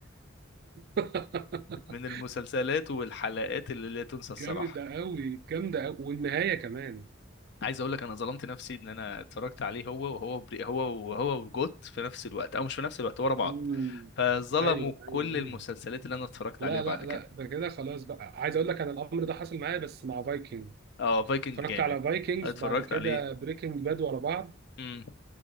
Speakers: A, on the right; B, on the left.
A: <laughs>
B: من المسلسلات والحلقات اللي لا تنسى الصراحه
A: جامدة أوي جامدة أوي والنهاية كمان
B: عايز اقول لك انا ظلمت نفسي ان انا اتفرجت عليه هو وهو بري هو وهو وجوت في نفس الوقت او مش في نفس الوقت ورا بعض
A: مم.
B: فظلموا
A: أيوه
B: كل
A: أيوه
B: المسلسلات
A: أيوه
B: اللي انا اتفرجت
A: لا
B: عليها بعد
A: لا لا
B: كده
A: ده كده خلاص بقى عايز أقول لك أنا الأمر ده حصل معايا بس مع فايكنج
B: اه فايكنج
A: اتفرجت
B: جامد
A: على فايكنجز
B: اتفرجت
A: بعد كده
B: عليه
A: بريكنج باد ورا بعض
B: امم